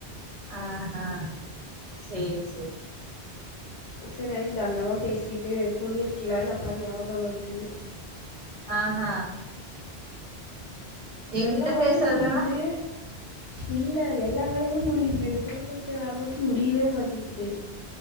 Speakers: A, on the right; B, on the left.
A: ஆ ஹா சேரி சேரி
B: செரி அதுக் தண்டமா பேசிட்டு துணி இருக்லான்னு அப்ப ஞாபகோ வந்தது
A: ஆ ஆ எங்கிட்ட
B: எல்லா வேலயு
A: பேசுறதுதான
B: முடியுது இல்ல எல்லா வேலயு முடியிது துணி மடிக்கிற வேல மட்டு முடியிவே மாட்டிக்குது